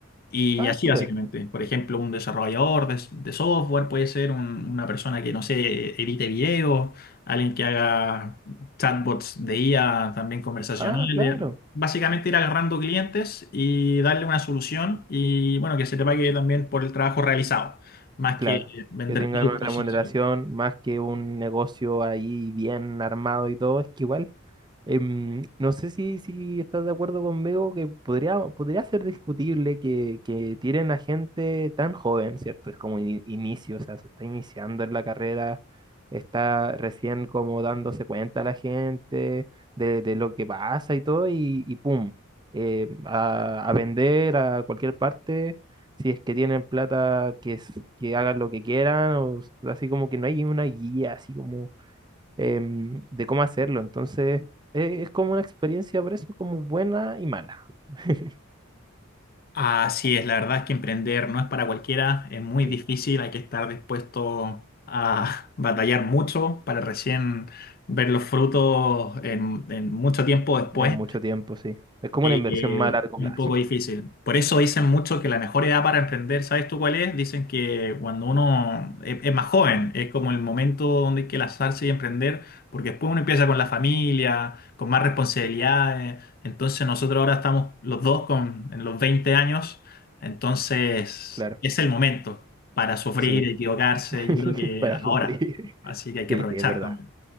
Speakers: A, on the left (about 50°); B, on the right (about 20°).
A: Y
B: Ah,
A: así
B: súper.
A: básicamente. Por ejemplo, un desarrollador de, de software puede ser un- una persona que, no sé, edite videos, alguien que haga chatbots de IA, también conversacionales.
B: Ah, claro,
A: Básicamente ir agarrando clientes y darle una solución y bueno, que se te pague también por el trabajo realizado, más
B: claro.
A: que vender
B: Que tengan
A: productos
B: una remuneración
A: en sí.
B: más que un negocio ahí bien armado y todo. Es que igual. Em, no sé si, si estás de acuerdo conmigo que podría, podría ser discutible que, que tiren a gente tan joven, ¿cierto? Es como ini- inicio, o sea, se está iniciando en la carrera, está recién como dándose cuenta la gente de, de lo que pasa y todo, y, y ¡pum! eh, a, a vender a cualquier parte, si es que tienen plata, que, es- que hagan lo que quieran, o s- así como que no hay una guía, así como em, de cómo hacerlo. Entonces, eh, es como una experiencia, por eso, como buena y mala. <laughs>
A: Así es, la verdad es que emprender no es para cualquiera, es muy difícil,
B: Sí,
A: hay que estar dispuesto a <laughs> batallar mucho para recién ver los frutos en, en mucho tiempo después
B: en mucho tiempo, sí. Es como
A: eh,
B: una inversión más a largo
A: un
B: plazo,
A: poco difícil.
B: sí,
A: Por eso dicen mucho que la mejor edad para emprender, ¿sabes tú cuál es? Dicen que cuando uno es, es más joven, es como el momento donde hay que lanzarse y emprender, porque después uno empieza con la familia, con más responsabilidades. Entonces nosotros ahora estamos los dos con, en los 20 años, entonces
B: claro.
A: es el momento para sufrir,
B: Sí,
A: equivocarse,
B: <laughs>
A: yo creo que
B: para sufrir.
A: ahora. Así que hay que
B: Sí,
A: aprovechar
B: sí, es verdad,
A: también.